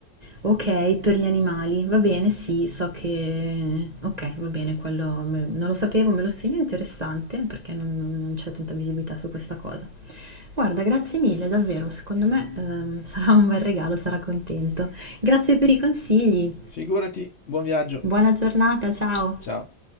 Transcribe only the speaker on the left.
Figurati, buon viaggio.
Ciao.